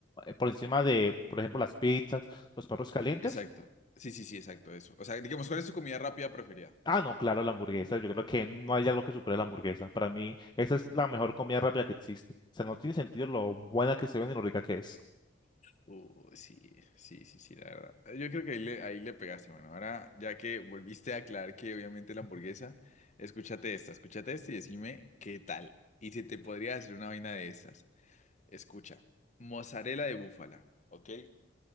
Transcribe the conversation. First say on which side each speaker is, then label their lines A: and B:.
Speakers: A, on the left (about 25°); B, on the left (about 40°).
A: eh, por encima de, por ejemplo, las pizzas, los perros calientes.
B: Exacto. Sí, sí, sí, exacto, eso. O sea, digamos, ¿cuál es tu comida rápida preferida?
A: Ah,
B: Ah.
A: no, claro, la hamburguesa. Yo creo que no hay algo que supere la hamburguesa. Para mí, esa es la mejor comida rápida que existe. O sea, no tiene sentido lo buena que se ve ni lo rica que es.
B: Uh, sí, sí, sí, sí, la verdad. Yo creo que ahí le, ahí le pegaste. Bueno, ahora ya que volviste a aclarar que obviamente la hamburguesa, escúchate esta, escúchate esta y decime qué tal. Y si te podría hacer una vaina de estas. Escucha, mozzarella de búfala, ¿ok?